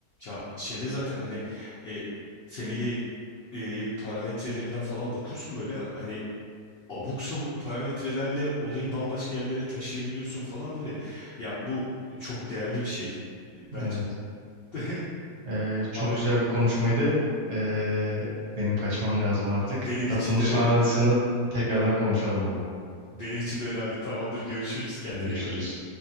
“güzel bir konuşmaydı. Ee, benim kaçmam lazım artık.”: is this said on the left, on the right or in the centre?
Right